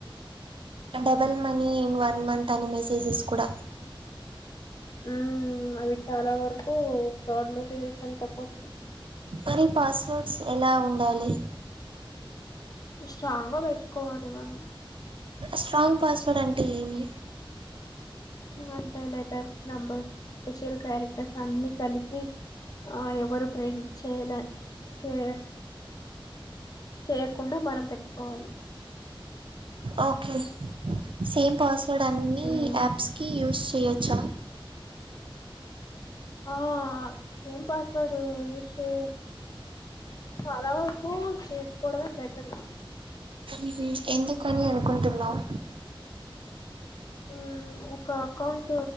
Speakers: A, on the right; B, on the left.
A: double money in one month అని మెసేజెస్ కూడా
B: ఉ అవి చాలా వరకు ఫ్రాడ్ మెసేజెస్ అని చెప్పొచ్చు
A: మరి పాస్వర్డ్స్ ఎలా ఉండాలి,
B: స్ట్రాంగ్ గా పెట్టుకోవాలి మనం
A: స్ట్రాంగ్ పాస్వర్డ్ అంటే ఏమి
B: అంటే లెటర్స్ నంబర్స్ స్పెషల్ క్యారెక్టర్స్ అన్ని కలిపి ఆ ఎవరు ప్రేమించేలా చే చేయకుండా మనం పెట్టుకోవాలి
A: ఒకే సేమ్ పాస్ ఇక్కడ అన్ని
B: హ్మ్.
A: యాప్స్ కి యూస్ చేయొచ్చా
B: ఆ సేమ్ పాస్వర్డ్ యూస్ చే చాలా వరకు చేస్కోవడమే బెటరు
A: ఉహు ఎందుకని అనుకుంటున్నావ్
B: ఉమ్ ఒక అకౌంట్